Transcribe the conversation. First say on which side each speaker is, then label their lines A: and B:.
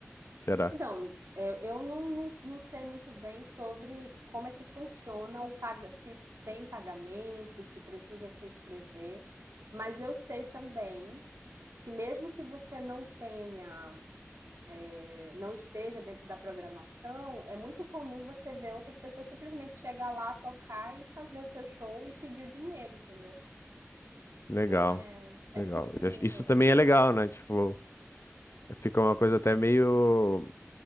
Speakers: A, on the left; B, on the right.
A: Será?
B: então, é, eu não, não, não sei muito bem sobre como é que funciona o paga, se tem pagamento, se precisa se inscrever, mas eu sei também que mesmo que você não tenha, eh, não esteja dentro da programação, é muito comum você ver outras pessoas simplesmente chegar lá, tocar e fazer o seu show e pedir o dinheiro, entendeu? Então
A: Legal,
B: é, é
A: legal.
B: possível.
A: Eu acho- Isso também é legal, né? Tipo, fica uma coisa até meio